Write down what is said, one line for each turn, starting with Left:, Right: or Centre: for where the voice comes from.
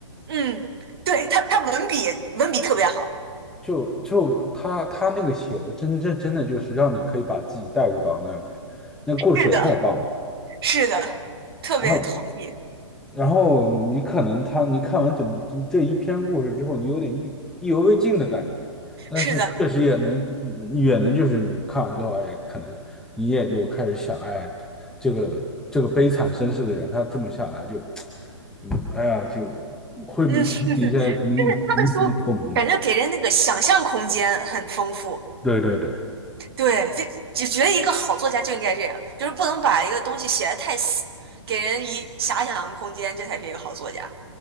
Right: 嗯，对，他他文笔文笔特别好。
Centre: 就就他他那个写的真真真的就是让你可以把自己带入到那里面，那故事写的太棒了。
Right: 是的，是的，特别同意。
Centre: 然后然后你可能他，你看完整这一篇故事之后，你有点意意犹未尽的感觉，但是确实也能也能就是你看完之后，
Right: 是的，
Centre: 哎，可能你也就开始想，哎，这个这个悲惨身世的人，他这么下来就就哎呀，就会引起一些引引起你的共鸣吧。
Right: 嗯，<laughs> 就是他的书感觉给人那个想象空间很丰富。
Centre: 对对对，
Right: 对，就就觉得一个好作家就应该这样，就是不能把一个东西写得太死，给人以遐想空间，这才是一个好作家。